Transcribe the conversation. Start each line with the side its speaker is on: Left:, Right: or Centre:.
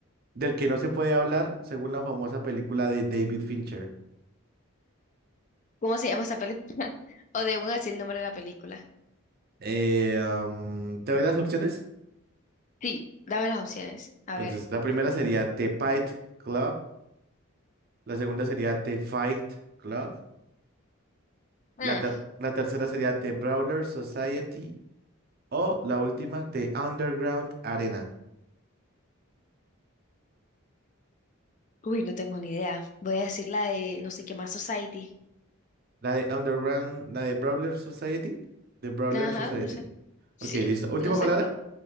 Right: del que no se puede hablar según la famosa película de David Fincher.
Left: ¿Cómo se llama esa película? <laughs> O de un así el nombre de la película.
Right: Eh, am, ¿te doy las opciones?
Left: Sí, dame las opciones. A
Right: Entonces,
Left: ver.
Right: la primera sería The Fight Club, la segunda sería The Fight Club, la,
Left: Mm,
Right: ter- la tercera sería The Brawler Society o la última, The Underground Arena.
Left: Uy, no tengo ni idea. Voy a decir la de no sé qué más Society.
Right: La de Underground, la de Brawler Society, The Brawler
Left: Ajá,
Right: Society.
Left: no sé. Sí,
Right: Ok, listo. Última
Left: no sé.
Right: palabra.